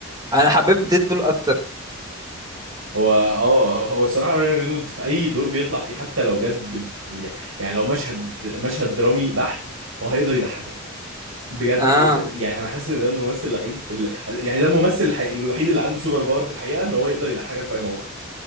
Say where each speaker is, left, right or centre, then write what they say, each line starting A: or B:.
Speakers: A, on the right; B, on the right.
A: انا حبيت ديدبول اكتر
B: هو اه هو الصراحه رايان رينولدز في اي دور بيطلع فيه حتى لو جد ب- يعني يعني لو مشهد مشهد درامي بحت هو هيقدر يضحكك بجد
A: اه
B: ده- يعني انا حاسس ان ده الممثل الوحيد اللي يعني ده الممثل الحقيقي- الوحيد اللي عنده سوبر باور في الحقيقه ان هو يقدر يضحكك في اي موقف